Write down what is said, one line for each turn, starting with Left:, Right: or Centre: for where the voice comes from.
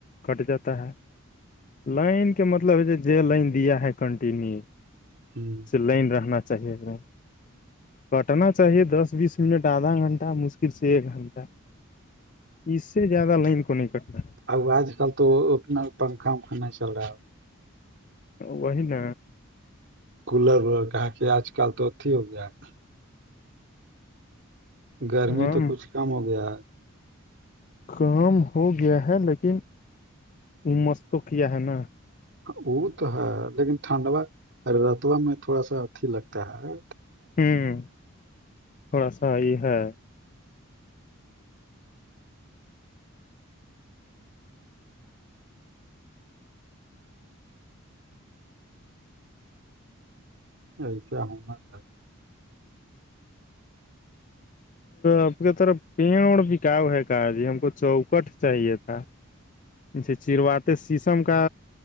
Left: کٹ جاتا ہے لائن کے مطلب ہے جو لائن دیا ہے کنٹینیو
Right: ہوں
Left: سے لائن رہنا چاہیے ایک کٹنا چاہیے دس بیس منٹ آدھا گھنٹہ مشکل سے ایک گھنٹہ اس سے زیادہ لائن کو نہیں کٹتا
Right: اب آج کل تو اتنا پنکھا ونکھا نہیں چل رہا
Left: وہی ن
Right: کولر ولر کہاں کی آج کل تو اتھی ہو گیا ہے گرمی
Left: کام
Right: تو کچھ کم ہو گیا
Left: کام ہو گیا ہے لیکن مس تو کیا ہے نا
Right: وہ تو ہے لیکن ٹھنڈوا رتبا میں تھوڑا سا اھی لگتا ہے
Left: ہوں تھوڑا سا یہ ہے
Right: ایسا ہونا چاہیے <unintelligible>
Left: آپ کی طرف پیڑ اور بکاؤ ہے کہ جی ہم کو چوکٹ چاہیے تھا
Right: <inaudible>
Left: جچھے چیروات شیشم کا